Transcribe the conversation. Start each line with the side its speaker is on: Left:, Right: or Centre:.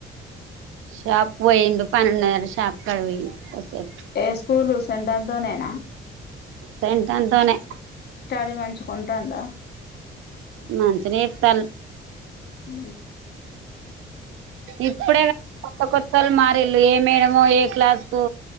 Right: షాప్ పోయిండు పనినున్నది షాప్ కాడి పోయ్యి కొద్దిసేపు
Left: ఏ స్కూలు సెంటర్తో నేనా
Right: సైంటన్తోనే
Left: స్టడీ మంచికుంటాందా
Right: మంచిగానే చెప్తాల్
Left: ఉ
Right: ఇప్పుడే కా కొత్త కొత్తలు మారిళు ఏ మేడమో ఏ క్లాస్కు